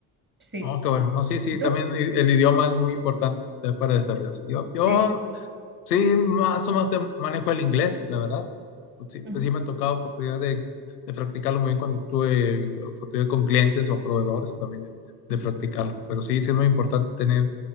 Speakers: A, on the right (about 25°); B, on the left (about 80°).
A: Sí.
B: No, qué bueno. No, sí, sí,
A: ¿Y tú?
B: también i- el idioma es muy importante eh, para desarrollarse. Yo, yo
A: Sí.
B: Sí, más o menos te manejo el inglés, la verdad. Sí, pues
A: Ujú,
B: sí me ha tocado oportunidad de, de practicarlo muy bien cuando tuve oportunidad con clientes o proveedores también de, de
A: ujú.
B: practicarlo. Pero sí, sí es muy importante tener